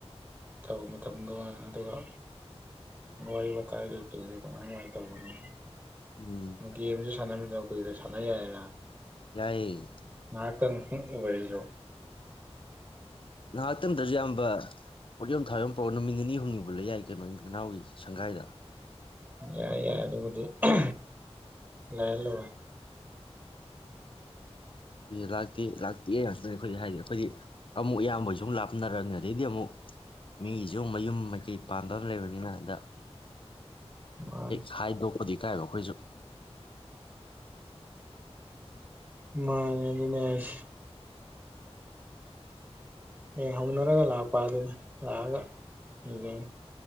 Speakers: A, on the right (about 15°); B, on the left (about 50°).
A: ꯇꯧꯕ ꯃꯇꯝꯗꯣ ꯑꯗꯨꯒ ꯋꯥꯔꯤ ꯋꯥꯇꯥꯏ ꯀꯩꯀꯩꯗ ꯀꯃꯥꯏ ꯀꯃꯥꯏꯅ ꯇꯧꯕꯅꯣ
B: ꯎꯝ
A: ꯒꯦꯝꯁꯨ ꯁꯥꯟꯅꯝ <unintelligible> ꯁꯥꯟꯅ ꯌꯥꯥꯏꯗꯟ
B: ꯌꯥꯏꯌꯦ
A: ꯉꯇ ꯅꯪ ꯎꯒꯔꯤꯖꯣ
B: ꯉꯥꯏꯍꯥꯛꯇꯝꯗꯁꯨ ꯑꯌꯥꯝꯕ ꯄꯣꯠ ꯌꯣꯝ ꯊꯥꯎꯔꯣꯝ ꯄꯔꯛꯒ ꯅꯨꯃꯤꯠ ꯅꯤꯅꯤ ꯍꯨꯝꯅꯤ ꯄꯨꯂ ꯌꯥꯏ ꯀꯩꯅꯣꯒꯤ ꯃꯅꯥꯎꯒꯤ ꯁꯪꯒꯥꯏꯗ
A: ꯌꯥ ꯌꯥꯏ ꯑꯗꯨ ꯑ ꯂꯩꯥ ꯂꯣ
B: ꯂꯥꯛꯇꯦ ꯂꯥꯛꯇꯦ ꯉꯥꯛꯇꯅꯤ ꯑꯩꯈꯣꯏ ꯍꯥꯏꯗꯤ ꯑꯩꯈꯣꯏꯗꯤ ꯑꯃꯨꯛ ꯑꯌꯥꯝꯕꯩꯁꯨ ꯑꯃꯨ ꯂꯥꯞꯅꯔꯕꯅꯤ ꯑꯗꯩꯗꯤ ꯑꯃꯨꯛ ꯃꯤꯒꯤꯁꯨ ꯃꯌꯨꯝ ꯃꯩꯀꯩ ꯄꯥꯟꯕ ꯑꯃ ꯂꯩꯕꯅꯤꯅ ꯑꯗ
A: ꯃꯥꯅꯤ
B: ꯍꯦ ꯁꯥꯏꯗꯧ ꯈꯨꯗꯤꯡ ꯀꯥꯏꯕ ꯑꯩꯈꯣꯏꯁꯨ
A: ꯃꯥꯅꯦ ꯑꯗꯨꯅꯦ ꯍꯥꯏꯁ ꯑꯦ ꯍꯧꯅꯔꯒ ꯂꯥꯛꯄ ꯑꯗꯨꯅꯤ ꯂꯥꯛꯑꯒ ꯌꯦ ꯌꯦꯡ